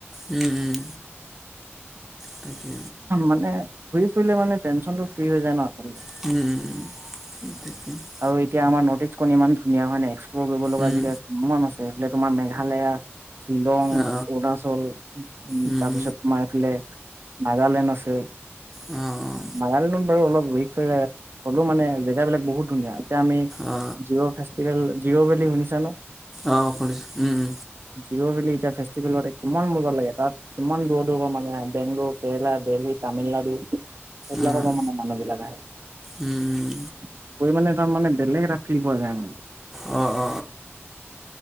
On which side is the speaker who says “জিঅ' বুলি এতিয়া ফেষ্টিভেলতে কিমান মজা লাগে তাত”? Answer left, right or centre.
Right